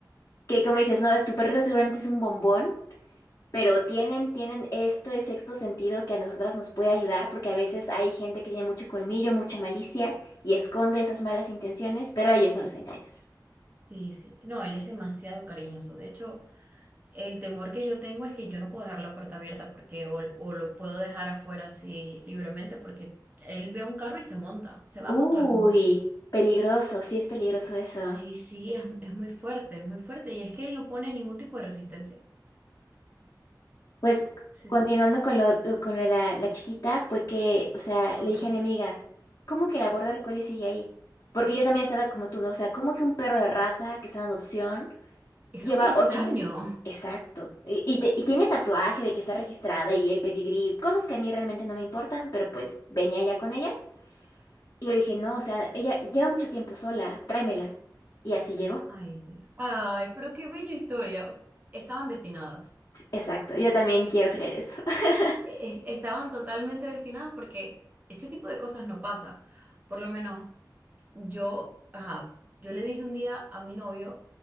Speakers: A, on the left; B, on the right.
A: Que como dices, no, es tu perrito seguramente es un bombón pero tienen, tienen este sexto sentido que a nosotras nos puede ayudar, porque a veces hay gente que tiene mucho colmillo, mucha malicia y esconde esas malas intenciones, pero a ellos no los engañas.
B: Sí, sí. No, él es demasiado cariñoso. De hecho, el temor que yo tengo es que yo no puedo dejar la puerta abierta porque o, o lo puedo dejar afuera así libremente porque él ve un carro y se monta, se va
A: Uy,
B: con todo el mundo.
A: peligroso, sí es peligroso
B: Sí,
A: eso.
B: sí, es, es muy fuerte, es muy fuerte y es que él no pone ningún tipo de resistencia.
A: Pues
B: Sí,
A: continuando con lo, con lo de la, la chiquita, fue que, o sea,
B: ok.
A: le dije a mi amiga, ¿cómo que la border collie sigue ahí? Porque yo también estaba como tú, ¿no? O sea, ¿cómo que un perro de raza que está en adopción?
B: Es
A: Lleva
B: súper extraño.
A: ocho meses. Exacto. Y, y te- y tiene tatuaje de que está registrada y el pedigrí, cosas que a mí realmente no me importan, pero pues venía ya con ellas. Y yo dije, no, o sea, ella lleva mucho tiempo sola, tráemela. Y así llegó.
B: Ay, Dios. Ay, pero qué bella historia. O sea, estaban destinadas.
A: Exacto. Yo también quiero creer eso. <laughs>
B: E- e- estaban totalmente destinadas porque ese tipo de cosas no pasa. Por lo menos yo, ajá, yo le dije un día a mi novio,